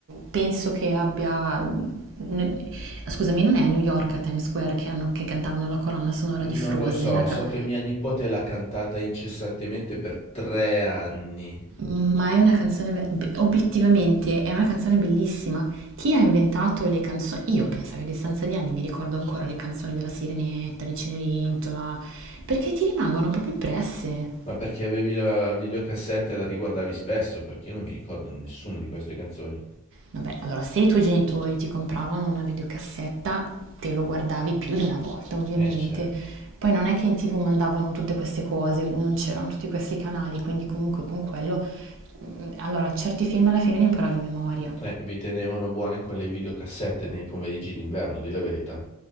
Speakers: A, on the right (about 60°); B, on the left (about 30°).
A: penso che abbia n- scusami, non è a New York a Times Square che hanno- che cantavano la colonna sonora
B: Non
A: di Frozen,
B: lo so,
A: a cap-
B: so che mia nipote l'ha cantata incessantemente per tre anni.
A: ma è una canzone be- be- obiettivamente è una canzone bellissima. Chi ha inventato le canzoni? Io penso che a distanza di anni mi ricordo ancora le canzoni della Sirenetta, di Cenerentola, perché ti rimangono proprio impresse.
B: Ma perché avevi la videocassetta e la riguardavi spesso? Perché io non mi ricordo nessuna di queste canzoni.
A: Vabbè, allora se i tuoi genitori ti compravano una videocassetta, te lo guardavi più di una volta, ovviamente.
B: Eh, certo.
A: Poi non è che in TV mandavano tutte queste cose, non c'erano tutti questi canali, quindi comunque con quello mm, allora, certi film alla fine li imparavo a memoria.
B: Eh, vi tenevano buone con le videocassette nei pomeriggi d'inverno, di la verità.